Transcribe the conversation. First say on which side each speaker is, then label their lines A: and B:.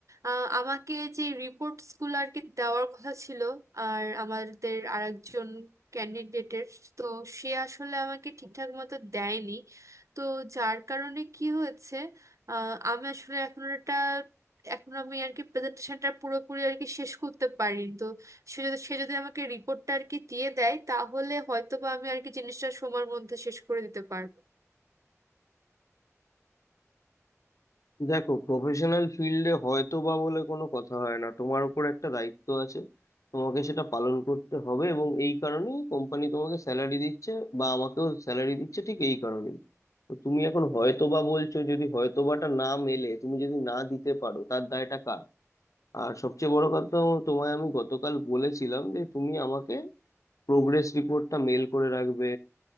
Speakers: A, on the right; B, on the left.
A: আহ, আমাকে যে রিপোর্টস গুলো আর কি দেওয়ার কথা ছিল আর আমাদের আরেকজন ক্যান্ডিডেটের তো সে আসলে আমাকে ঠিকঠাক মতো দেয়নি তো যার কারণে কি হয়েছে আহ, আমি আসলে এখন এটা এখন আমি আর কি প্রেজেন্টেশনটা পুরোপুরি আর কি শেষ করতে পারিনি তো সে যদি সে যদি আমাকে রিপোর্টটা আর কি দিয়ে দেয় তাহলে হয়তোবা আমি আর কি জিনিসটা সময়ের মধ্যে শেষ করে দিতে পারবো
B: দেখো প্রফেশনাল ফিল্ডে হয়তো বা বলে কোনো কথা হয় না তোমার উপর একটা দায়িত্ব আছে তোমাকে সেটা পালন করতে হবে এবং এই কারণেই কোম্পানি তোমাকে স্যালারি দিচ্ছে বা আমাকেও স্যালারি দিচ্ছে ঠিক এই কারণেই তো তুমি এখন হয়তো বা বলছো যদি হয়তোবাটা না মেলে তুমি যদি না দিতে পারো তার দায়টা কার আর সবচেয়ে বড় কথা তোমায় আমি গতকাল বলেছিলাম যে তুমি আমাকে প্রোগ্রেস রিপোর্টটা মেল করে রাখবে